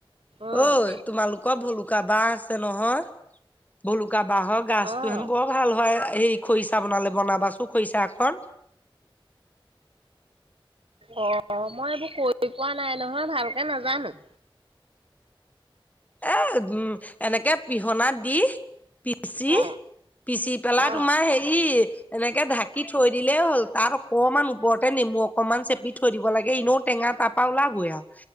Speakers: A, on the right; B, on the left.
A: অ',
B: ঐ তোমালোকৰ ভলুকা বাঁহ আছে নহয় ভলুক কা বাঁহৰ গছতো
A: অ'।
B: হেনো বৰ ভাল হয়। এই খৰিচা বনালে বনাবা চো খৰিচা এখন।
A: অ' মই এইবোৰ কৰি পোৱা নাই নহয় ভালকে নাজানো।
B: এ উম এনেকে পিহনাত দি পিচি
A: অ
B: পিচি পেলাই
A: অ
B: তোমাৰ হেৰি এনেকে ঢাকি থৈ দিলেই হ'ল তাত অকণমান ওপৰতে নেমু অকনমান চেপি থৈ দিব লাগে ইনেও টেঙা তাৰপা ওলাবই আৰু